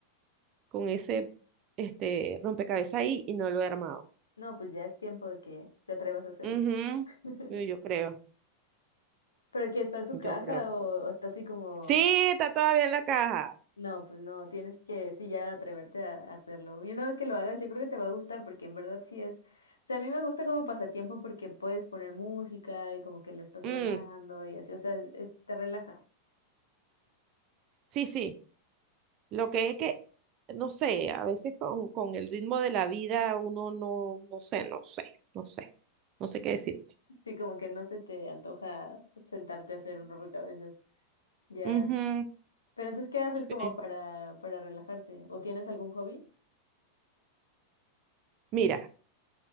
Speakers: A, on the right; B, on the left.
A: con ese este, rompecabezas ahí y no lo he armado.
B: No, pues ya es tiempo de que te atrevas a hacerlo.
A: Ujú.
B: <laughs>
A: Yo yo creo,
B: ¿Pero que está en su
A: yo
B: caja
A: creo.
B: o, o está así como
A: Sí, está todavía en la caja.
B: No, pues no, tienes que, sí, ya atreverte a a hacerlo. Y una vez que lo hagas, yo creo que te va a gustar porque en verdad sí es, o sea, a mí me gusta como pasatiempo porque puedes poner música y como que lo estás
A: Mm,
B: armando y así, o sea, es- te relaja.
A: sí, sí. Lo que es que, no sé, a veces con, con el ritmo de la vida uno no, no sé, no sé, no sé, no sé qué decirte.
B: Sí, como que no se te antoja sentarte a hacer un rompecabezas. Ya.
A: Ujú, ujú,
B: Pero entonces, ¿qué haces
A: sí.
B: como para, para relajarte? ¿O tienes algún hobby?
A: Mira,